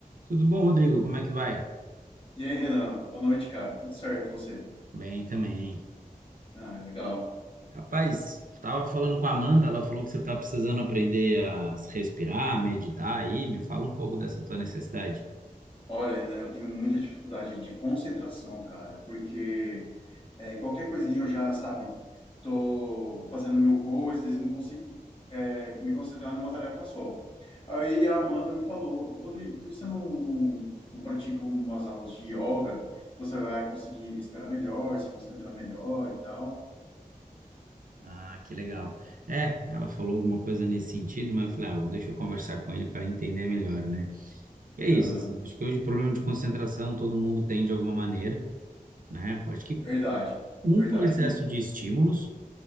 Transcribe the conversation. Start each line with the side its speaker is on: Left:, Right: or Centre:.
Right: Tudo bom, Rodrigo? Como é que vai?
Left: E aí, Renan? Boa noite, cara. Tudo certo, e você?
Right: Bem também.
Left: Ah, legal.
Right: Rapaz, estava falando com a Amanda, ela falou que você está precisando aprender a respirar, meditar aí. Me fala um pouco dessa tua necessidade.
Left: Olha, Renan, eu tenho muita dificuldade de concentração, cara, porque é, qualquer coisinha eu já, sabe, tô fazendo mil coisas e não consigo é, me concentrar numa tarefa só. Aí a Amanda me falou, Rodrigo, por que você não, não, não pratica umas aulas de yoga? Você vai conseguir respirar melhor, se concentrar melhor e tal.
Right: Ah, que legal. É, ela falou alguma coisa nesse sentido, mas eu falei, ah, bom, deixa eu conversar com ele para entender melhor, né? E é
Left: Aham.
Right: isso, assim, acho que hoje o problema de concentração todo mundo tem de alguma maneira, né? Acho que
Left: Verdade,
Right: um
Left: verdade
Right: por excesso
Left: mesmo.
Right: de estímulos,